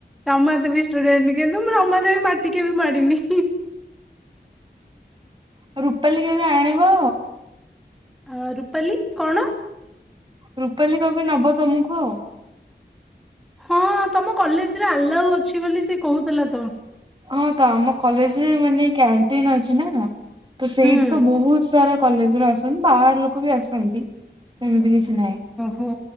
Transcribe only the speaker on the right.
ଆ ରୂପାଲି କେବେ ଆଣିବ।
ରୂପାଲି କବି ନବ ତମକୁ ଆଉ।
ହଁ ତ ଆମ କଲେଜରେ ମାନେ କ୍ୟାଣ୍ଟିନ ଅଛି ନା ତ ସେଇଠି
ତ ବହୁତ ସାରା କଲେଜ ରୁ ଆସନ୍ତି ବାହାର ଲୋକ ବି ଆସନ୍ତି ସେମିତି କିଛି ନାହିଁ।